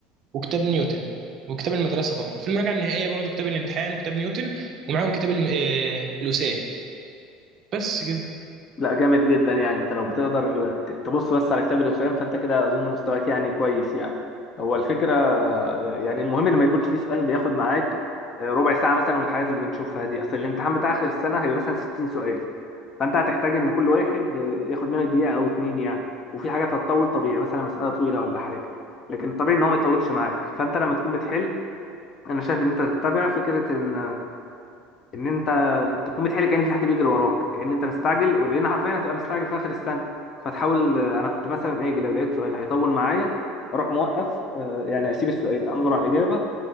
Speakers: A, on the right; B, on the left.
A: وكتاب نيوتن وكتاب المدرسة طبعا في المراجعة النهائية برضو كتاب الامتحان وكتاب نيوتن ومعاهم كتاب الم... آه، الوسام بس كده
B: لا جامد جدا يعني انت لو بتقدر ت- تبص بس على كتاب الوسام فانت كده اظن مستواك يعني كويس يعني هو الفكره يعني المهم ان ما يكونش فيه سؤال بياخد معاك آه، ربع ساعه مثلا والحاجات اللي بنشوفها دي اصل الامتحان بتاع اخر السنه هيبقى مثلا 60 سؤال فانت هتحتاج ان كل واحد آه، ياخد منك دقيقه او اتنين يعني وفي حاجات هتطول طبيعي مثلا مساله طويله ولا حاجه لكن طبيعي ان هو ما يطولش معاك فانت لما تكون بتحل انا شايف ان انت تتبع فكره ان ان انت تكون بتحل كأن في حد بيجري وراك كأن انت مستعجل ولان حرفيا هتبقى مستعجل في اخر السنه فتحاول انا كنت مثلا اجي لو لقيت سؤال هيطول معايا اروح موقف آه، يعني اسيب السؤال انظر على الاجابه